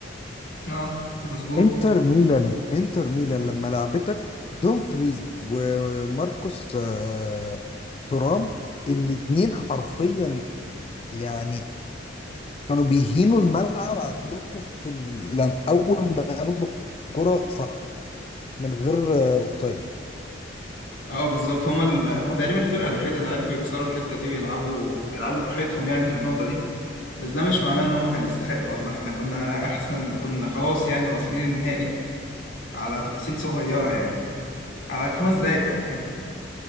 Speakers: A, on the left; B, on the left.
A: آه، مظبوط
B: انتر ميلان انتر ميلان لما لعبتك دومفريز وماركوس آه، تورام الاتنين حرفيا يعني كانوا بيهينوا الملعب عندكم في ال- لم اول ما ياخدوا الكرة صح من غير آه، اوفسايد
A: اه بالظبط هما ال... هما تقريبا الفرقة الوحيدة اللي عرفوا يكسروا الحتة دي ويلعبوا يلعبوا براحتهم يعني في النقطة دي بس ده مش معناه ان هما كانوا يستحقوا والله احنا كنا احسن وكنا خلاص يعني واصلين النهائي على تفاصيل صغيرة يعني على خمس دقايق حرفيا